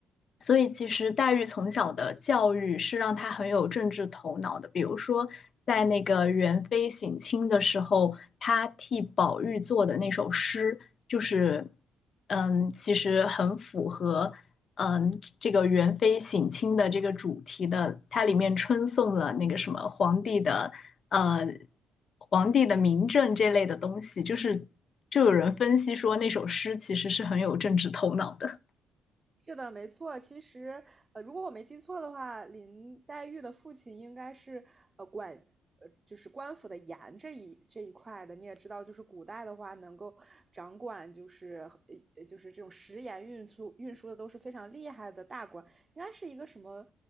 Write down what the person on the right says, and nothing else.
是的，没错。其实，呃，如果我没记错的话，林黛玉的父亲应该是呃管呃就是官府的盐这一这一块的。你也知道，就是古代的话，能够掌管就是呃就是这种食盐运输运输的都是非常厉害的大官，应该是一个什么